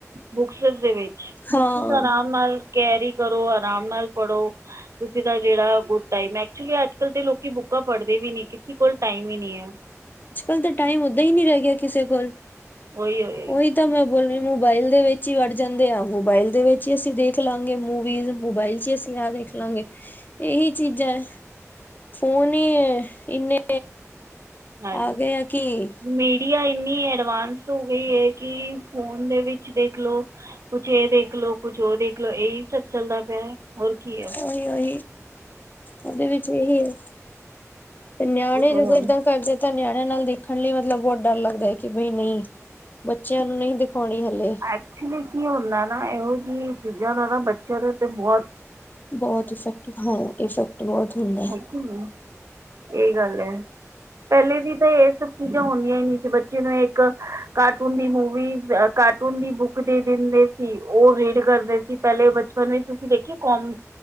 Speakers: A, on the right; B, on the left.
A: ਬੁਕਸਸ ਦੇ ਵਿੱਚ
B: ਹਾਂ
A: ਬੁਕਸਿਸ ਆਰਾਮ ਨਾਲ ਕੈਰੀ ਕਰੋ, ਆਰਾਮ ਨਾਲ ਪੜ੍ਹੋ ਤੁਸੀਂ ਦਾ ਜੇੜਾ ਗੁੱਡ ਟਾਈਮ ਅ। ਐਕਚੁਲੀ ਅੱਜ-ਕੱਲ੍ਹ ਤੇ ਲੋਕੀ ਬੁੱਕਾਂ ਪੜ੍ਹਦੇ ਦੇ ਵੀ ਨੀ ਕਿਸੀ ਕੋਲ ਟਾਈਮ ਈ ਨੀ ਅ।
B: ਅੱਜ-ਕੱਲ੍ਹ ਤੇ ਟਾਈਮ ਓਦਾਂ ਈ ਨੀ ਰੈ ਗਿਆ, ਕਿਸੇ ਕੋਲ।
A: ਓਈਓ ਏ
B: ਉਹੀ ਤਾਂ ਮੈਂ ਬੋਲਰੀ ਮੋਬਾਇਲ ਦੇ ਵੇਚ ਈ ਵੜ ਜਾਂਦੇ ਆਂ, ਮੋਬਾਇਲ ਦੇ ਵੇੱਚ ਈ ਅਸੀਂ ਦੇਖ ਲਾਂਗੇ ਮੂਵੀਜ। ਮੋਬਾਇਲ ਚ ਹੀ ਅਸੀਂ ਆ ਦੇਖ ਲਾਂਗੇ, ਏਹੀ ਚੀਜ਼ਾਂ ਐ। ਫੋਨ ਈ ਇੰਨੇ
A: ਹਾਂਜੀ
B: ਆ ਗਏ ਆ ਕਿ
A: ਮੀਡੀਆ ਇੰਨੀ ਐਡਵਾਂਸ ਹੋ ਗਈ ਏ ਕਿ ਫੋਨ ਦੇ ਵਿੱਚ ਦੇਖਲੋ ਕੁਛ ਏ ਦੇਖਲੋ, ਕੁਛ ਔ ਦੇਖਲੋ, ਏਹੀ ਸਭ ਚੱਲਦਾ ਪਿਆ ਅ। ਹੋਰ ਕੀ ਐ?
B: ਓਈਓ ਹੀ ਓਦੇ ਵਿੱਚ ਵੀ ਐਹੀ ਐ ਤੇ ਨਿਆਣੇ
A: ਉਹ ਤਾਂ
B: ਜਦੋਂ
A: ਹੈ
B: ਐਦਾਂ ਕਰਦੇ ਤਾਂ ਨਿਆਣਿਆਂ ਨਾਲ ਦੇਖਣ ਲਈ ਮਤਲਬ ਬੌਤ ਡਰ ਲੱਗਦਾ ਕਿ ਬਈ ਨਯੀ ਬੱਚਿਆਂ ਨੂੰ ਨਈ ਦਿਖੋਣੀ ਹਲੇ।
A: ਐਕਚੁਲੀ ਕੀ ਹੁੰਦਾ ਨਾ ਏਹੋ ਜਿ ਚੀਜ਼ਾਂ ਦਾ ਨਾ ਬੱਚਿਆਂ ਦੇ ਉੱਤੇ ਬੌਤ
B: ਬੌਤ ਇਫੈਕਟ ਹਾਂ ਇਫੈਕਟ ਬੌਤ ਹੁੰਦਾ ਅ।
A: ਹੂੰ, ਏਹ ਗੱਲ ਐ। ਪੈਲੇ ਵੀ ਤਾਂ ਏਹ ਸਭ ਚੀਜ਼ਾਂ ਹੁੰਦੀਆਂ ਈ ਨੀ ਸੀ ਬੱਚੇ ਨੂੰ ਏਕ ਕਾਰਟੂਨ ਦੀ ਮੂਵੀਸ ਅ ਕਾ ਟੂਨ ਦੀ ਬੁੱਕ ਦੇ ਦਿੰਦੇ ਸੀ, ਓਹ ਰੀਡ ਕਰਦੇ ਸੀ। ਪੈਲੇ ਬਚਪਨ ਵਿੱਚ ਤੁਸੀਂ ਦੇਖੀ ਕੋਮ